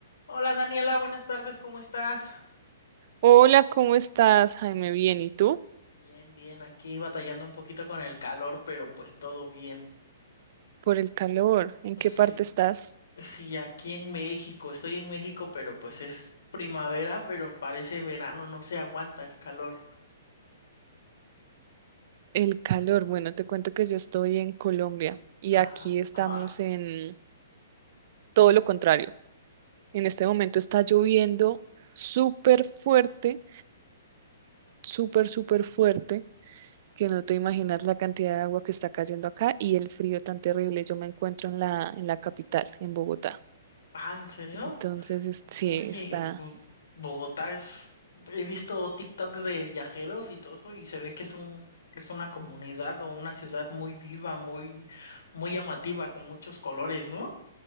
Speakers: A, on the left; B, on the right.
A: Hola Daniela, buenas tardes, ¿cómo estás?
B: Hola, ¿cómo estás, Jaime? Bien, ¿y tú?
A: Bien, bien, aquí batallando un poquito con el calor, pero pues todo bien.
B: Por el calor, ¿en
A: Sí,
B: qué parte estás?
A: sí, aquí en México, estoy en México, pero pues es primavera, pero parece verano, no se aguanta el calor.
B: El calor, bueno, te cuento que yo estoy en Colombia y
A: Ajá,
B: aquí estamos
A: ajá.
B: en todo lo contrario. En este momento está lloviendo súper fuerte, súper, súper fuerte, que no te imaginas la cantidad de agua que está cayendo acá y el frío tan terrible. Yo me encuentro en la, en la capital, en Bogotá.
A: Ah, ¿en serio?
B: Entonces, es- sí,
A: Oye,
B: está,
A: Bo- Bogotá es... He visto TikToks de viajeros y todo eso y se ve que es un, es una comunidad o una ciudad muy viva, muy, muy llamativa, con muchos colores, ¿no?